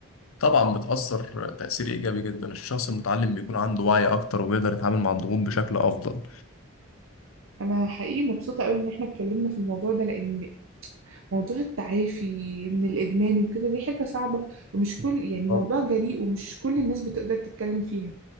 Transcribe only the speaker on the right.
أنا حقيقي مبسوطة أوي إن إحنا اتكلمنا في الموضوع ده لأن موضوع التعافي من الإدمان وكده دي حاجة صعبة ومش كل يعني
موضوع جريء ومش كل الناس بتقدر تتكلم فيها